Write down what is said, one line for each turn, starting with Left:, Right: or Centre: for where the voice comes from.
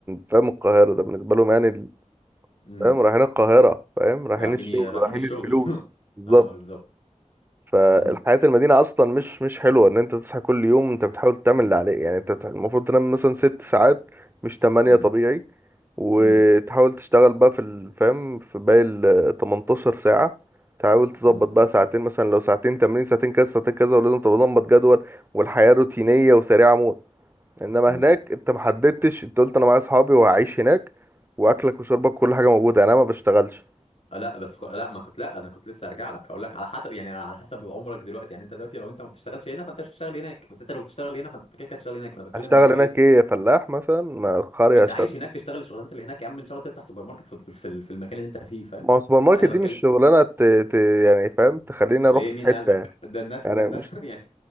Right: فاهم القاهره ده بالنسبه لهم يعني ال-
Left: امم
Right: فاهم رايحين القاهره فاهم رايحين
Left: رايحين
Right: الشغل
Left: رايحين
Right: رايحين
Left: الشغل
Right: الفلوس
Left: <laughs>
Right: بالظبط.
Left: اه بالظبط
Right: فالحياة
Left: امم
Right: المدينة أصلا مش مش حلوة إن أنت تصحى كل يوم أنت بتحاول تعمل اللي عليك يعني أنت المفروض تنام مثلا ست ساعات مش تمانية
Left: امم
Right: طبيعي وتحاول
Left: امم
Right: تشتغل بقى في الفهم في باقي ال 18 ساعة تحاول تظبط
Left: امم
Right: بقى ساعتين مثلا لو ساعتين تمرين ساعتين كذا ساعتين كذا ولازم تبقى ظبط جدول والحياة روتينية وسريعة موت انما
Left: امم
Right: هناك انت محددتش انت قلت انا معايا اصحابي وهعيش هناك واكلك وشربك كل حاجة موجودة يعني انا ما بشتغلش
Left: آه، لا بس خ... لا ما كنت لا انا كنت لسه هرجع لك هقول لك على حسب يعني على حسب عمرك دلوقتي يعني انت دلوقتي لو انت ما بتشتغلش هنا فانت مش هتشتغل هناك بس انت لو بتشتغل هنا فانت كده كده هتشتغل هناك فانا بتكلم
Right: هشتغل
Left: ان هو
Right: هناك
Left: ايه
Right: ايه فلاح مثلا ما قرية
Left: انت عايش هناك تشتغل الشغلانات اللي هناك يا عم ان شاء الله تفتح سوبر ماركت في في, ال- في المكان اللي انت فيه فاهم
Right: ما هو سوبر ماركت
Left: انا
Right: دي
Left: بتكلم
Right: مش شغلانه ت... ت... يعني فاهم تخليني
Left: ليه
Right: اروح في
Left: مين
Right: حته
Left: قال لك
Right: يعني
Left: ده الناس
Right: يعني
Left: ده الناس
Right: مش
Left: <laughs> يعني